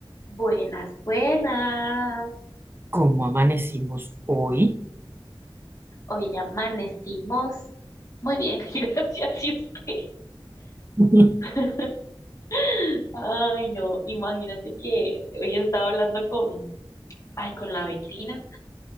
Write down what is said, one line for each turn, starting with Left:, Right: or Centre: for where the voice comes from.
Left: Buenas, buenas.
Right: como amanecimos hoy.
Left: Hoy ya amanecimos. Muy bien, <laughs> gracias. ¿Y usted?
Right: <laughs>
Left: <laughs> Ay, no, imagínate que hoy estaba hablando con, ay, con la vecina